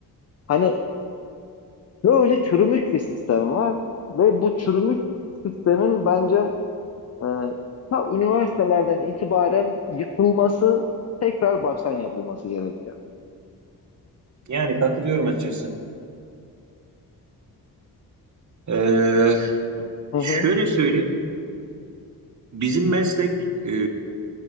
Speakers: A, on the left; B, on the right.
A: Hani böyle çürümüş bir sistem var ve bu çürümüş sistemin bence e, ta üniversitelerden itibaren yıkılması, tekrar baştan yapılması gerekiyor.
B: Yani katılıyorum açıkçası. Ee,
A: Hı
B: şöyle
A: hı.
B: söyleyeyim. Bizim meslek e,